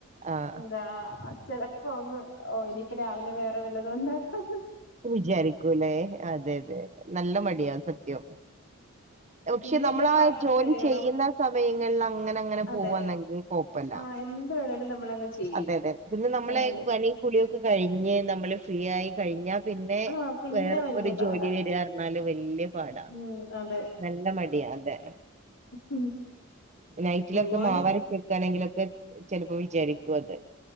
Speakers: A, on the right; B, on the left.
A: ആഹ്
B: എന്താ ചിലപ്പോ അങ്ങ് ഓ ഇനിയിപ്പ രാവിലെ വേറെ വല്ലതും ഉണ്ടാക്കാം
A: വിചാരിക്കൂല്ലേ. അതെ അതെ. നല്ല മടിയാ സത്യം. പക്ഷെ
B: പിന്നെല്ല
A: നമ്മളാ
B: പാത്രം
A: ജോലി
B: കഴുകണം
A: ചെയ്യുന്ന സമയങ്ങളിൽ അങ്ങനെ അങ്ങനെ
B: അതെ
A: പോവുന്നെങ്കിൽ കൊഴപ്പല്ല.
B: ആഹ് എന്ത് വേണേലും നമ്മളങ്ങ് ചെയ്യും
A: അതെ അതെ. പിന്നെ നമ്മള്
B: പകല്
A: പണിയും കുളിയൊക്കെ കഴിഞ്ഞ് നമ്മള് ഫ്രീയായി കഴിഞ്ഞാ പിന്നെ
B: ആഹ് പിന്നെ
A: വേറെ
B: വല്യ
A: ഒരു
B: പാടാ
A: ജോലി വരാ പറഞ്ഞാല് വല്യ പാടാ.
B: ഉം അതെ
A: നല്ല മടി യാ അതെ.
B: ഉം
A: നൈറ്റിലൊക്കെ
B: മോന്
A: മാവരച്ചു വക്കയാണെങ്കിലൊക്കെ ചിലപ്പോ വിചാരിക്കും അത്.